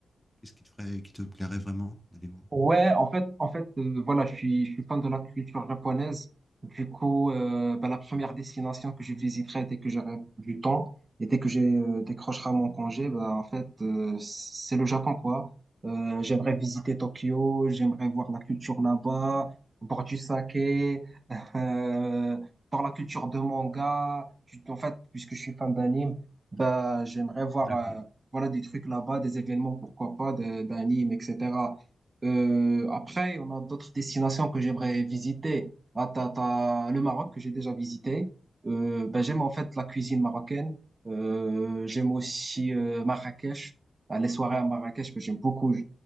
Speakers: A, in the centre; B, on the right (about 35°).
A: Qu'est-ce qui te ferait, qui te plairait vraiment d'aller voir?
B: Ouais, en fait, en fait, euh, voilà, je suis, je suis fan de la culture japonaise. Du coup, euh, bah, la première destination que je visiterai dès que j'aurai du temps et dès que j'ai euh, décrochera mon congé, bah, en fait, euh, c'est le Japon, quoi. Euh, j'aimerais visiter Tokyo, j'aimerais voir la culture là-bas, boire du saké, <laughs> euh, voir la culture de manga. Je- En fait, puisque je suis fan d'anime, bah, j'aimerais voir,
A: D'accord.
B: euh, voilà, des trucs là-bas, des événements, pourquoi pas, de- d'anime, etc. Euh, après, on a d'autres destinations que j'aimerais visiter. Ah, t'as, t'as le Maroc que j'ai déjà visité. Euh, ben, j'aime en fait la cuisine marocaine. Euh, j'aime aussi euh, Marrakech. Ah, les soirées à Marrakech, ben, j'aime beaucoup.